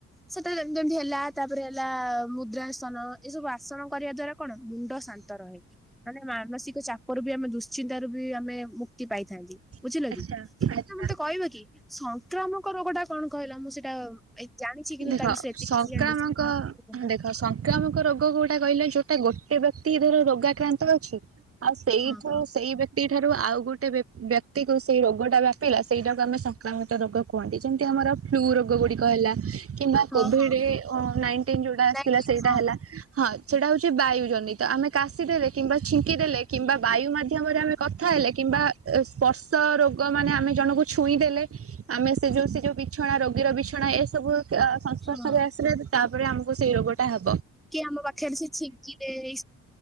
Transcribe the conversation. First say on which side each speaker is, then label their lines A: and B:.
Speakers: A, in the centre; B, on the right.
A: ସେତେବେଳେ ଯେମତି ଯେମତି ହେଲା ତାପରେ ହେଲା ମୁଦ୍ରାସନ ଏସବୁ ଆସନ କରିବା ଦ୍ଵାରା କଣ ମୁଣ୍ଡ ଶାନ୍ତ ରହେ, ମାନେ ମାନସିକ ଚାପ ର ବି, ଆମେ ଦୁଶ୍ଚିନ୍ତତା ର ବି ଆମେ ମୁକ୍ତି ପାଇଥାନ୍ତି, ବୁଝିଲ
B: ଆଚ୍ଛା
A: କି?
B: ଆଚ୍ଛା।
A: ମତେ କହିବ କି? ସଂକ୍ରାମକ ରୋଗ ଟା କଣ କହିଲ? ମୁଁ ସେଇଟା ଜାଣିଛି କିନ୍ତୁ
B: ଦେଖ
A: ତା ବିଷୟରେ ଏତେ
B: ସଂକ୍ରାମକ
A: କିଛି ଜାଣିନି ରୋଗ ଟା
B: ଦେଖ ସଂକ୍ରାମକ ରୋଗ କୋଉଟା କହିଲେ? ଯୋଉଟା ଗୋଟେ ଧର ରୋଗାକ୍ରାନ୍ତ ଅଛି ଆଉ ସେଇଠାରୁ
A: ହଁ ହଁ
B: ସେଇ ବ୍ୟତି ଏହିଠାରୁ ଆଉ ଗୋଟେ ବ୍ୟକ୍ତିକୁ ସେହି ରୋଗଟା ବ୍ୟାପିଲା ସେଇଟାକୁ ଆମେ ସଂକ୍ରମିତ ରୋଗ କୁହନ୍ତି। ଯେମିତି ଆମର ଫ୍ଲୁ ରୋଗ ଗୁଡିକ ହେଲା। କିମ୍ବା
A: ହଁ
B: କୋଭିଡ
A: ହଁ
B: ନାଇଟିନ ଯୋଉଟା ଆସିଥିଲା
A: ନାଇଁ କି
B: ସେଇଟା
A: ହଁ
B: ହେଲା ହଁ ସେଟା ହଉଛି ବାୟୁ ଜନିତ ଆମେ କାଶ ଦେଲେ କିମ୍ବା ଛିଙ୍କି ଦେଲେ କିମ୍ବା ବାୟୁ ମାଧ୍ୟମରେ ଆମେ କଥା ହେଲେ କିମ୍ବା ସ୍ପର୍ଶ ରୋଗ ମାନେ ଆମେ ଜଣଙ୍କୁ ଛୁଇଁ ଦେଲେ ଆମେ ସେ ଯେଉ ସେ ଯେଉଁ ବିଛଣା ରୋଗୀର ବିଛଣା ଏସବୁ ସଂସ୍ପର୍ଶରେ
A: ହଁ
B: ଆସିଲେ ତା ଆମକୁ ସେଇ ରୋଗଟା ହେବ।
A: କି ଆମ ପାଖରେ ସେ ଛିଙ୍କିଲେ ହେଇ